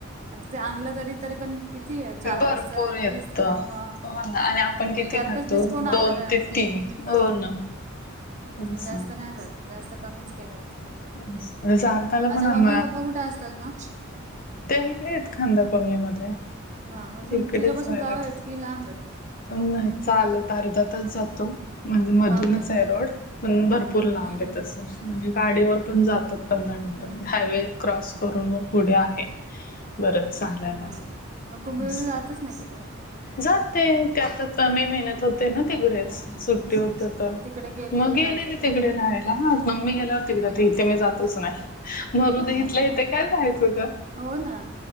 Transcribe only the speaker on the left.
भरपूर
येत
हो
ना आणि आपण
किती
खातो
दोन
ते तीन
हो ना. असं
असं साताला
पण आण
ते इकडे आहेत खांदा कॉलनीमध्ये.
इकडेच
राहिलेत.
नाही चालत अर्धा तास जातो म्हणजे मधूनच
आहे रोड पण भरपूर भरपूर लांब
आहे
तसं, म्हणजे गाडीवर पण जातात पंधरा मिनिटांत
म्हणजे
हायवे क्रॉस करून मग पुढे आहे. बरंच चालायला
असं.
जाते त्यात आता मे महिन्यात होते ना तिकडेच
सुट्टी
होते तर
मग
गेले
ना
तिकडे
राहायला ह मम्मी गेल्यावर तिकडं
तर इथे मी जातच नाही मरुदे
इथल्या
इथे काय जायचं त्यात.